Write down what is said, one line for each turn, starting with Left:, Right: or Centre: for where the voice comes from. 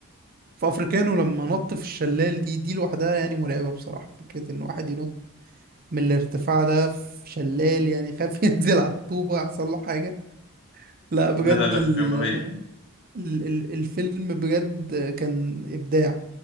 Right: فافريكانو لما نط في الشلال دي دي لوحدها يعني مرعبه بصراحه فكره ان واحد ينط من الارتفاع ده في شلال يعني خاف <laughs> ينزل على الطوبه يحصل له حاجه لا بجد
Left: لا لا لا
Right: ال
Left: كان رهيب
Right: ال- ال- الفيلم بجد كان ابداع